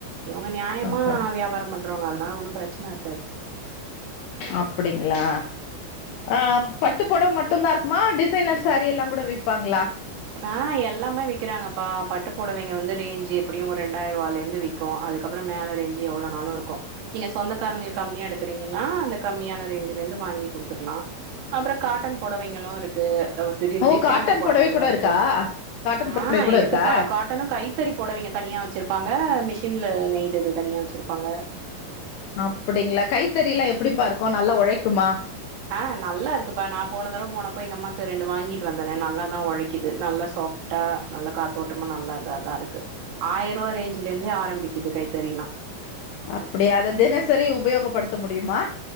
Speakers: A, on the right; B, on the left.
A: இவுங்க நியாயமா
B: ஆஹா
A: வியாபாரம் பண் ன்றோங்க அதனால ஒன்னு பிரச்சன இருக்காது
B: அப்பிடிங்களா ஆ பட்டு புடவ மட்டுதா இருக்குமா டிசைனர் சேரீ எல்லா கூட விப்பாங்களா
A: ஆ எல்லாமே விக்கிறாங்கப்பா பட்டு புடவைங்க வந்து ரேஞ்சு எப்பிடியு ஒரு ரெண்டாயி ரூவால இருந்து விக்கு அதுக்கப்புறோ மேல ரேஞ்சு எவ்வள நாளு இருக்கு நீங்க சொந்தக்காரங்களுக்கு கம்மியா எடுக்கறீங்கன்னா அந்த கம்மியான ரேஞ்சுல இருந்து வாங்கி குடுத்துக்கலா அப்புறோ காட்டன் புடவைங்களு இருக்கு எல்லா வசதியு
B: ஓ
A: டிசைனர்
B: காட்டன்
A: புடவைல்லா
B: பொடவை கூட
A: இருக்
B: இருக்கா காட்டன்
A: ஆ
B: பொடவை கூட
A: இருக்குப்பா
B: இருக்கா
A: காட்டனு கைத்தறி போடவைங்க தனியா வச்சிருப்பாங்க மிஷின்ல நெய்தது தனியா வச்சிருப்பாங் அங்க
B: அப்பிடிங்களா கைத்தறில்லா எப்பிடிப்பா இருக்கோ நல்லா ஒழைக்குமா
A: ஆ நல்லா இருக்குப்பா நா போன தடவ போனப்போ எங்க அம்மாக்கு ரெண்டு வாங்கிட்டு வந்தேனே நல்லாாதா ஒழைக்குது நல்லா சாஃப்ட்டா நல்லா காத்தோட்டமா நல்லா இதாதா இருக்கு ஆயிரூவா ரேஞ்சுல இருந்தே ஆரம்பிக்குது கைத்தறில்லா
B: அப்பிடியா அத தினசரி உபயோகப்படுத்த முடியுமா